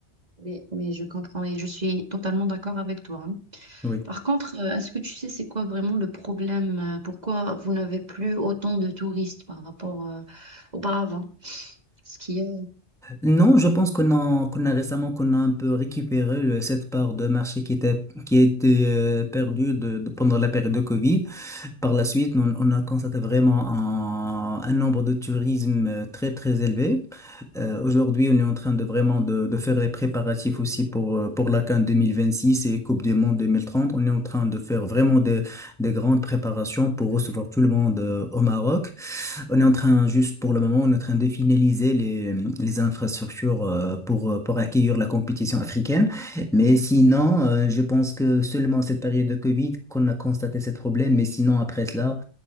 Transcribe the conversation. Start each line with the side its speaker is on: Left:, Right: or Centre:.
Right: oui, oui, je comprends et je suis totalement d'accord avec toi. hein.
Centre: oui.
Right: Par contre, euh, est-ce que tu sais c'est quoi vraiment le problème? euh, Pourquoi vous n'avez plus autant de touristes par rapport euh, auparavant? Ce qui est...
Centre: Non, je pense qu'on a, qu'on a récemment qu'on a un peu récupéré le- cette part de marché qui était qui a été euh, perdue de, de- pendant la période de Covid. Par la suite, on, on a constaté vraiment un, un nombre de tourisme euh, très très élevé. Euh, aujourd'hui, on est en train de vraiment de, de faire les préparatifs aussi pour euh, pour la CAN 2026 et Coupe du Monde 2030. On est en train de faire vraiment des des grandes préparations pour recevoir tout le monde euh, au Maroc. On est en train, juste pour le moment, on est en train de finaliser les, les infrastructures euh, pour, euh, pour accueillir la compétition africaine. Mais sinon, euh, je pense que seulement cette période de Covid qu'on a constaté ce problème. Mais sinon, après cela,